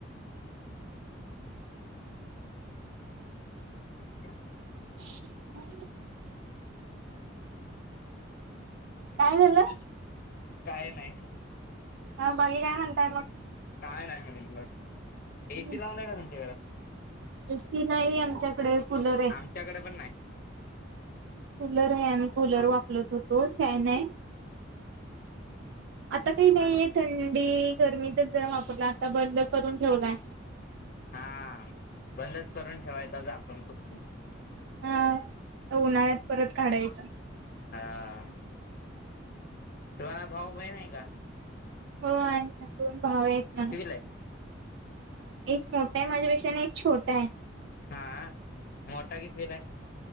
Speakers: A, on the left; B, on the right.
A: <inaudible>
B: ह काय झालं?
A: काय नाही.
B: हा बाकी काय म्हणताय मग.
A: काय नाही म्हणे मग
B: मग
A: एसी लावलाय का तुमच्या घरात?
B: एसी नाही आमच्याकडे कुलर आहे.
A: आमच्याकडे पण नाही
B: कूलर आहे आम्ही कूलर वापर रत होतो फॅन आहे आता काही नाहीय
A: हा
B: थंडी. गरमीतच जरा वापरला आता बंद करून ठेवलाय.
A: हा बंदच करून ठेवायचं आपण कुठून,
B: हा उन्हाळ्यात परत काढायच.
A: हा तुम्हाला भाऊ बहीण आहे का?
B: हो आहे ना दोन भाव एक
A: कितवीला
B: बहिण.
A: आहे
B: एक मोठा आहे माझ्यापेक्षा आणि एक छोटा आहे.
A: हा मोठा कितवीला आहे